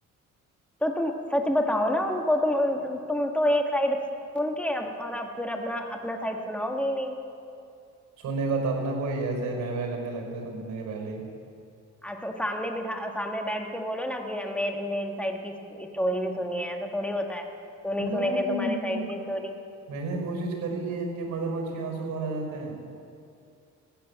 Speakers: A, in the centre; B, on the right.
A: तो तुम सच बताओ ना उनको तुम उन- तुम तो एक साइड सुन के अब और अब फिर अपना अपना साइड सुनाओगे ही नहीं
B: सुनने का तब ना कोई ऐसे बह बह करने लगता है सुनने के पहले ही
A: आ, तो सामने बिठा सामने बैठ के बोलो ना कि मेरे मेरे साइड की स्टोरी भी सुनिए ऐसा थोड़ी होता है क्यों नहीं
B: अरे मैंने
A: सुनेंगे तुम्हारे साइड की
B: को-
A: स्टोरी
B: मैंने कोशिश करी है इनके मगरमच्छ के आंसू बाहर आ जाते हैं